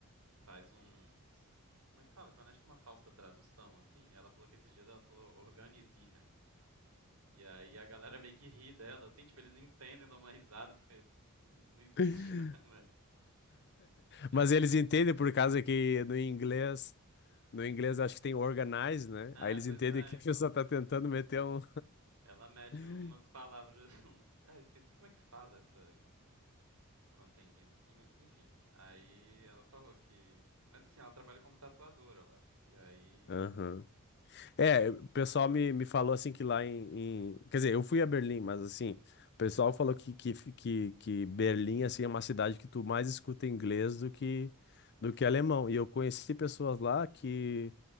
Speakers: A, on the right (about 85°); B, on the left (about 50°).
A: faz uns. Como é que fala? Quando é tipo uma falsa tradução, assim, ela falou que esses dias ela falou organisieren. E aí a galera meio que ri dela, assim, tipo, eles entendem, dão uma risada, porque não existe,
B: <laughs>
A: né? <laughs> Mas ela.
B: Mas
A: Tra...
B: eles entendem por causa que no inglês, no inglês acho que tem organize, né?
A: Ah,
B: Aí eles
A: pois
B: entendem
A: é,
B: que
A: então.
B: a pessoa tá tentando meter um.
A: Ela mete
B: <laughs>
A: umas palavras. <laughs> uns- Ah, esqueci como é que fala essa quando, quando tem disso, assim, mas enfim. Aí ela falou que. Mas assim, ela trabalha como tatuadora lá. E aí.
B: Aham. É, o pessoal me, me falou assim que lá em, em- Quer dizer, eu fui a Berlim, mas assim, o pessoal falou que, que, que, que Berlim assim, é uma cidade que tu mais escuta inglês do que,
A: Uhum,
B: do que alemão. E eu conheci pessoas lá que